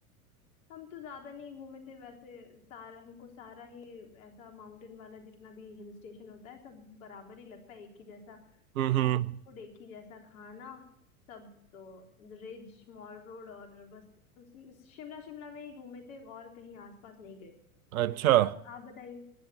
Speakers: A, on the left; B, on the right.
A: हम तो ज्यादा नहीं घूमे थे वैसे सारा हमको सारा ही ऐसा माउंटेन वाला जितना भी हिल स्टेशन होता है सब बराबर ही लगता है एक ही जैसा
B: हम्म
A: मॉल
B: हम्म
A: रोड एक ही जैसा खाना सब तो रिज मॉल रोड और बस उस- शिमला शिमला में ही घूमे थे और कहीं आसपास नहीं गए
B: अच्छा
A: आप आप बताइए